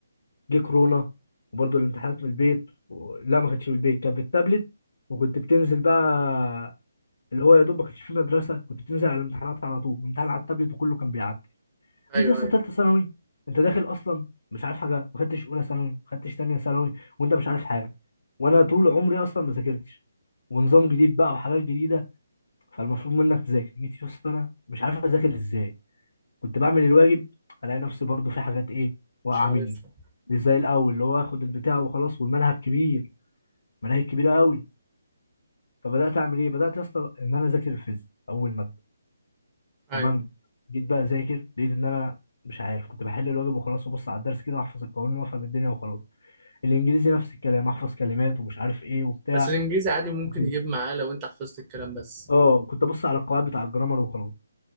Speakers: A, on the left; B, on the right.
A: جه كورونا وبرضه الامتحانات من البيت و... لا ما كانتش من البيت كانت بالتابلت وكنت بتنزل بقى اللي هو يا دوب ما كانش في مدرسه كنت بتنزل على الامتحانات على طول الامتحان على التابلت وكله كان بيعدي
B: ايوه
A: جيت يا اسطى
B: ايوه
A: ثالثه ثانوي انت داخل اصلا مش عارف حاجه ما خدتش اولى ثانوي ما خدتش ثانيه ثانوي وانت مش عارف حاجه وانا طول عمري اصلا ما ذاكرتش ونظام جديد بقى وحاجات جديده فالمفروض منك تذاكر جيت يا اسطى انا مش عارف اذاكر ازاي كنت بعمل الواجب الاقي نفسي برضو في حاجات ايه واقعه
B: مش عارفها
A: مني مش زي الاول اللي هو اخد البتاع وخلاص والمنهج كبير مناهج كبيره قوي فبدات اعمل ايه بدات يا اسطى ان انا اذاكر الفيزياء اول ماده تمام
B: ايوه
A: جيت بقى اذاكر لقيت ان انا مش عارف كنت بحل الواجب وخلاص وبص على الدرس كده واحفظ القوانين وافهم الدنيا وخلاص الانجليزي نفس الكلام احفظ كلمات ومش عارف ايه وبتاع
B: بس الانجليزي عادي ممكن
A: وكده
B: يجيب معاه لو انت حفظت الكلام بس
A: اه كنت ابص على القواعد بتاع الجرامر وخلاص